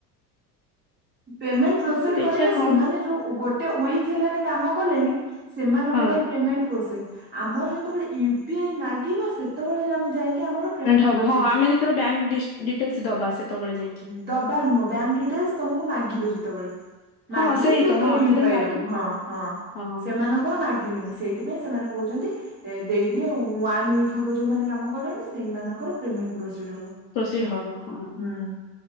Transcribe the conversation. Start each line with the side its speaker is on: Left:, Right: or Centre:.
Right: ପେମେଣ୍ଟ ପ୍ରୋସିଡ
Left: ଦେଖିବା
Right: କରିବେ
Left: କଣ
Right: ସେମାନେ ଯୋଉ ଗୋଟେ ୱିକ ହେଲାଣି କାମ କଲେଣି। ସେମାନଙ୍କ
Left: ହଁ
Right: ପାଇଁ ପେମେଣ୍ଟ ପୋସେ ଆମର ଯେତେବେଳେ ୟୁ ପି ଆଇ ମାଗିବ ସେ ସେତେବେଳେ ଆମେ ଯାଇକି ଆମର ପେମେଣ୍ଟ
Left: ହବ
Right: ପ୍ରୋସିର।
Left: ହଁ ଆମେ ଯେତେବେଳେ ବ୍ୟାଙ୍କ ଡିଟେଲ୍ସ ଦବା ସେତେବେଳେ ଯାଇକି।
Right: ଦବା ନୁହଁ ବ୍ୟାଙ୍କ ଡିଟେଲସ ତମକୁ ମାଗିବ ଯେତେବେଳେ। ମାଗିଲେ
Left: ହଁ ସେଇ
Right: ତୁ
Left: ତ
Right: ତୋର
Left: ହଁ
Right: ୟୁ
Left: ଯେତେବେଳେ
Right: ପାଇ
Left: ମାଗିବ
Right: ଦବୁ ହଁ ହଁ
Left: ହଁ
Right: ସେମାନଙ୍କର ମାଗିଲାଣି ସେଇଥିପାଇଁ ସେମାନେ କହୁଛନ୍ତି ଦେଇଦିଅ ୱାନ ୱିକ୍ ହବ ଯୋଉମାନେ କାମ କଲେଣି ସେଇମାନଙ୍କର ପେମେଣ୍ଟ ପ୍ରୋସିଡ ହବ।
Left: ପ୍ରସିଡ ହବ ହଁ।
Right: ହୁଁ